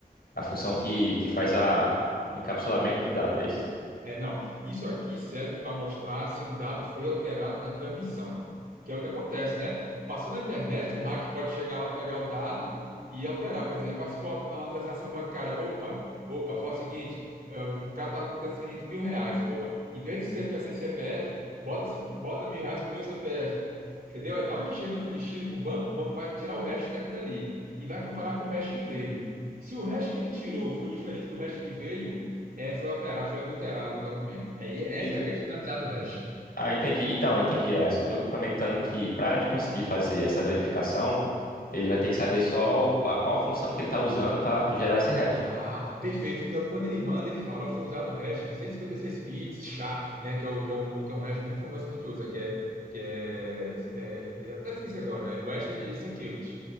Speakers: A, on the left (about 75°); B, on the right (about 65°).
A: a função que, que faz a, o encapsulamento do dado, é isso?
B: É, não. Isso aqui serve para mostrar se um dado foi alterado na transmissão, que é o que acontece, né? Passou na internet, um hack pode chegar lá, pegar o dado e alterar, por exemplo. Ah, se for uma transação bancária, opa, opa, faz o seguinte, eh, o cara tá transferindo mil reais, opa, em vez de ser para esse CPF, bota, -se, bota mil reais pro meu CPF, entendeu? Aí na hora que chega no destino, pro banco, o banco vai tirar o resto daqui e dali e vai comparar com o resto que veio. Se o resto que ele tirou foi diferente do resto que veio, é, foi alterado, foi adulterado o documento. Aí essa
A: E
B: é a grande finalidade do hash.
A: Ah, entendi. Então, entendi. Ah, só estou complementando que para ele conseguir fazer essa verificação, ele vai ter que saber só o- a qual função que ele está usando para gerar esse hash.
B: Ah, perfeito. No- Quando ele manda, ele fala, ó, foi usado um hash 256 bits SHA, né, que é, o, que, é um, que é um hash muito famoso que a gente usa, que é, que é, é- é, eu até esqueci agora, é o hash de security,